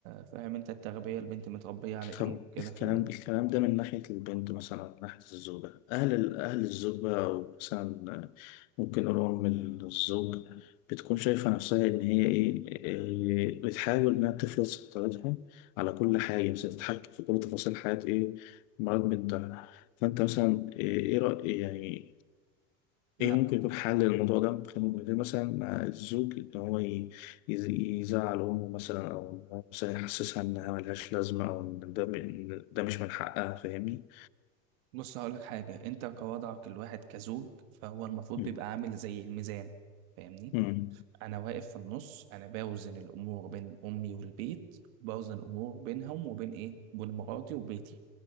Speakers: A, on the right (about 70°); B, on the left (about 65°).
A: فاهم أنت التربية البنت متربية على إيه
B: طب
A: كده
B: الكلام
A: فاهمني
B: الكلام ده من ناحية البنت مثلا من ناحية الزوجة أهل ال- أهل الزوجة أو مثلا ممكن نقول أم الزوج بتكون شايفة نفسها إن هي إيه إيه، بتحاول إنها تفرض سيطرتها على كل حاجة مثلا تتحكم في كل تفاصيل حياة إيه مرات بنتها فأنت مثلا إيه إيه رأي يعني
A: لا
B: ايه ممكن يكون حل للموضوع ده ممكن ممكن يكون مثلا مع الزوج ان هو ي- يز- يزعل امه مثلا او إن هو مثلا يحسسها انها ملهاش لازمه او ان ده إن ده مش من حقها فاهمني
A: بص هقول لك حاجة أنت كوضعك الواحد كزوج فهو المفروض
B: مم.
A: بيبقى عامل زي الميزان فاهمني
B: مم.
A: انا واقف في النص انا باوزن الامور بين امي والبيت باوزن الامور بينهم وبين ايه بين مراتي وبيتي